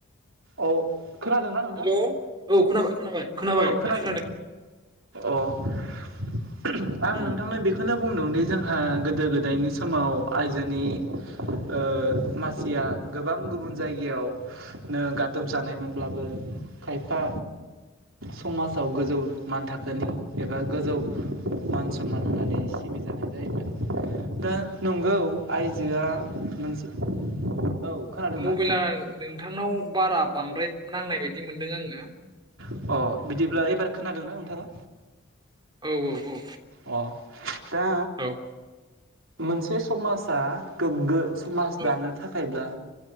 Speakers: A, on the right; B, on the right.
A: औ खोनादोंना नोंथां
B: हेल' औ खोनाबाय खोनाबाय खोनाबाय
A: औ खोनादों
B: दासो
A: अ आं
B: उम
A: नोंथांनो बेखौ नो बुंदोंदि जोंहा गोदो गोदायनि समाव आयजोनि ओ मानसिया गोबां गुबुन जायगायावनो गादब जानायमोनब्लाबो खायफा समाजाव गोजौ मान थाखोनि एबा गोजौ मान सनमान होनानै सिबिजानाय जायोमोन। दा नंगौ आइजोआ मोनसे औ खोनादोंना?
B: मबेला नोंथांनाव बारा बांद्राय नांनाय बायदि मोनदों आङो।
A: अ बिदि ब्ला एबार खोनादों ना नोंथाङा?
B: औ औ
A: अ दा
B: औ औ
A: मोनसे समाजा गोग्गो समाज
B: औ
A: दानो थाखायब्ला